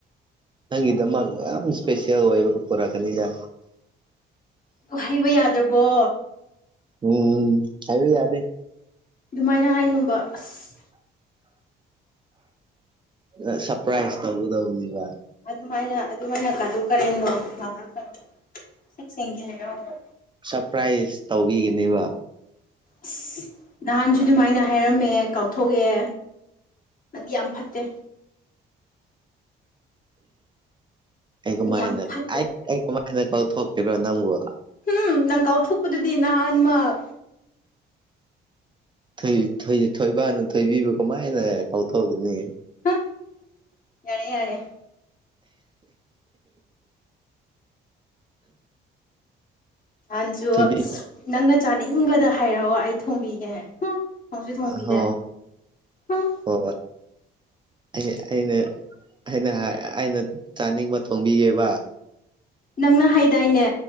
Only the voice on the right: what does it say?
ꯅꯪꯒꯤꯗꯃꯛ ꯌꯥꯝ ꯏꯁꯄꯦꯁꯦꯜ ꯑꯣꯏꯕ ꯑꯃ ꯄꯨꯔꯛꯀꯅꯤꯗ
ꯎꯝ ꯍꯥꯏꯕ ꯌꯥꯗꯦ
ꯅ ꯁꯔꯄ꯭ꯔꯥꯏꯁ ꯇꯧꯒꯥꯗꯧꯅꯤꯕ
ꯁꯔꯄ꯭ꯔꯥꯏꯁ ꯇꯧꯕꯤꯒꯅꯦꯕ
ꯑꯩ
ꯀꯃꯥꯏꯅ
ꯑꯥꯏꯠ ꯑꯩ ꯀꯃꯥꯏꯅ ꯀꯥꯎꯊꯣꯛꯈꯤꯕ꯭ꯔꯣ ꯅꯪꯕ‌ꯣ
ꯊꯣꯏ ꯊꯣꯏ ꯊꯣꯏꯕꯥꯅ ꯊꯣꯏꯕꯤꯕꯨ ꯀꯃꯥꯏꯅ ꯀꯥꯎꯊꯣꯛꯒꯅꯤ
ꯊꯣꯏꯕꯤ
ꯍꯣ
ꯍꯣ ꯍꫭꯏ ꯑꯩꯁꯦ ꯑꯩꯅ ꯑꯩꯅ ꯑꯩꯅ ꯆꯥꯅꯤꯡꯕ ꯊꯣꯡꯕꯤꯒꯦꯕ